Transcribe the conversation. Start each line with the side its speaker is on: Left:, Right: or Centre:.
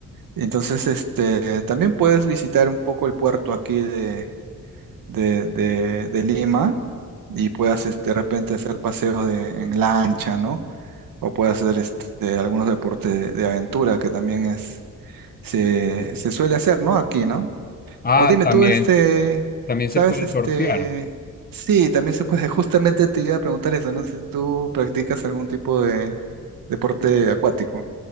Right: Entonces, este, también puedes visitar un poco el puerto aquí de, de, de, de Lima y puedas este, de repente hacer paseos de, en lancha, ¿no? o puede hacer este, algunos deportes de, de aventura que también es, se, se suele hacer, ¿no? Aquí, ¿no?
Left: Ah,
Right: O dime
Left: también,
Right: tú, este,
Left: también
Right: ¿sabes?
Left: se puede
Right: Este,
Left: surfear.
Right: sí, también se puede, <laughs> justamente te iba a preguntar eso, ¿no? Si tú practicas algún tipo de deporte acuático.